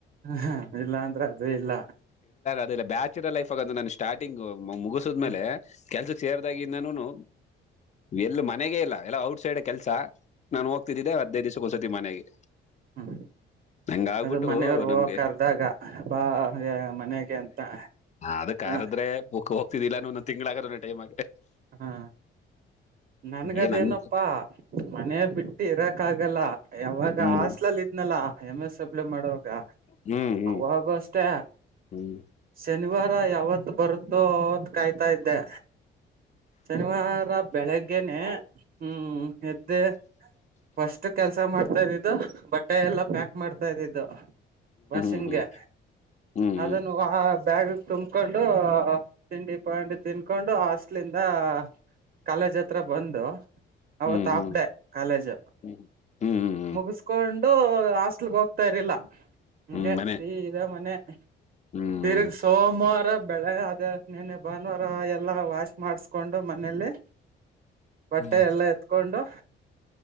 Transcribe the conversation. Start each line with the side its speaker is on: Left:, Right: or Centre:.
Right: ಹಾ ಇಲ್ಲ ಅಂದ್ರ ಅದು ಇಲ್ಲ
Left: ಅಲ್ಲ ಬ್ಯಾಚುಲರ್ ಲೈಫ್ ಆಗ ನಾನು ಸ್ಟಾರ್ಟಿಂಗ್ ಮುಗಸದ್ಮೇಲೆ
Right: ಹ
Left: ಕೆಲ್ಸಕ್ಕೆ ಸೇರ್ದಾಗಿಂದಾನುನು ಎಲ್ಲಿ ಮನೆಗೆೇ ಇಲ್ಲ ಎಲ್ಲ ಔಟ್ ಸೈಡೇ ಕೆಲ್ಸ ನಾನು ಹೋಗ್ತಿದ್ದೆ ಹದ್ನೈದು ದಿವಸಕೊಂದಸಾ ತಿ ಮನೆಗೆ
Right: ಹೂಂ
Left: ನಂಗ ಆಗ್ಬಿಟ್ಟು
Right: ಅದು ಮನೆಯವ್ರು ಹೋಗ
Left: ನಮ್ಗೆ
Right: ಕರ್ದಾಗ ಬಾ ಮನೆಗೆ ಅಂತ
Left: ಆದ ಕರದ್ರೆ
Right: ಹ
Left: ಬುಕ್ ಹೋಗ್ತಿದ್ದಿಲ್ಲಾನು ಒಂದೊಂದ ತಿಂಗ್ಳ ಆಗುತ್ತೇ ಟೈಮಿಗೆ
Right: ಹಾ ನನ್ಗದೇನೋಪ್ಪಾ
Left: ಏನಂತ
Right: ಮನೇ ಬಿಟ್ಟು ಇರಕ್ ಆಗಲ್ಲ ಯಾವಾಗ
Left: ಹ್ಮ್
Right: ಆಸ್ಲಲ್ ಇದ್ನಲ್ಲಾ ಎಮ್ ಎಸ್ ಅಪ್ಲೈ ಮಾಡುವಾಗ
Left: ಹ್ಮ್ ಹ್ಮ್
Right: ಅವಾಗಷ್ಟೇ
Left: ಹ್ಮ್
Right: ಶನಿವಾರ್ ರಾ ಯಾವತ್ತು ಬರುತ್ತೋ ಅಂತ ಕಾಯ್ತಾ ಇದ್ದೆ ಶನಿವಾರ ಬೆಳಗ್ಗೆನೆೇ ಹ್ಮ್ ಎದ್ದೀ ಫಸ್ಟ್ ಕೆಲ್ಸ ಮಾಡ್ತಾ ಇದಿದ್ದು ಬಟ್ಟೆ ಎಲ್ಲಾ ಪ್ಯಾಕ್ ಮಾಡ್ತಾ ಇದ್ದಿದ್ದು ವಾಶಿಂಗೆ
Left: ಹ್ಮ್ ಹ್ಮ್ ಹ್ಮ್ ಹ್ಮ್
Right: ಅದನ್ನು ಆ ಬ್ಯಾಗ ತುಂಬಕೊಂಡು ತಿಂಡಿ ಪಂಡಿ ತಿನ್ಕೊಂಡು ಆಸ್ ಲಿಂದ ಕಾಲಜ್ ಹತ್ರ ಬಂದು ಅವತ್ತುಾಪ್ಡೆ
Left: ಹ್ಮ್ ಹ್ಮ್
Right: ಕಾಲೇಜ್
Left: ಹ್ಮ್ ಹ್ಮ್
Right: ಮುಗಿಸಕೊಂಡು ಹಾಸ್ಟಲ್ಗೆ ಹೋಗ್ತಾರ್ಲಿಲ್ಲ ಹಗೆ
Left: ಹ್ಮ್ ಮನೆ
Right: ಸೀದ ಮನೆ
Left: ಹ್ಮ್
Right: ತಿರ್ಗಿ ಸೋಮವಾರ ಬೆಳೆ ಅದ ನೆನೆ ಭಾನುವಾರ ಎಲ್ಲಾ ವಾಶ್ ಮಾಡಸ್ಕೊಂಡು ಮನೇಲಿ ಬಟ್ಟೆ
Left: ಹ್ಮ್ ಹ್ಮ್
Right: ಎಲ್ಲಾ ಎತ್ಕೊಂಡು